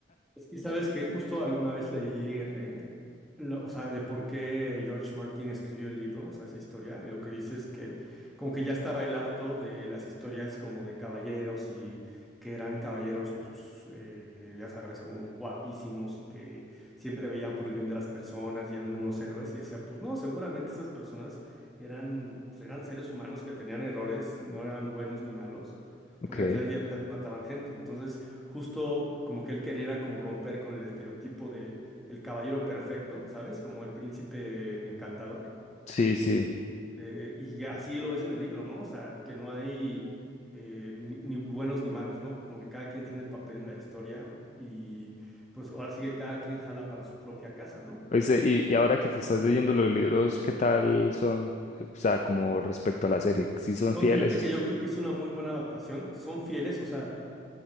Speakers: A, in the centre; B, on the left.
A: Es que, ¿sabes que Justo alguna vez leí, eh, la- o sea, de por qué George Martin escribió el libro, o sea, esa historia, y lo que dice es que como que ya estaba el harto de las historias como de caballeros y que eran caballeros, pues, eh, ya sabes, como guapísimos y que siempre veían por el bien de las personas y eran unos héroes, y decía, pues no, seguramente esas personas eran, pues, eran seres humanos que tenían errores, no eran buenos ni malos,
B: Ok.
A: porque al final del día también mataban gente, entonces justo como que él quería como romper con el estereotipo de el caballero perfecto, ¿sabes? Como el príncipe encantador.
B: Sí, sí.
A: Eh, y así lo ves en el libro, ¿no? O sea, que no hay eh, ni, ni buenos ni malos, ¿no? Como que cada quien tiene el papel en la historia y pues ahora sí que cada quien jala para su propia casa, ¿no?
B: Oíste, y, y ahora que te estás leyendo los libros, ¿qué tal son? O sea, como respecto a la serie, ¿sí son
A: Son,
B: fieles?
A: fíjate que yo creo que es una muy buena adaptación, son fieles, o sea...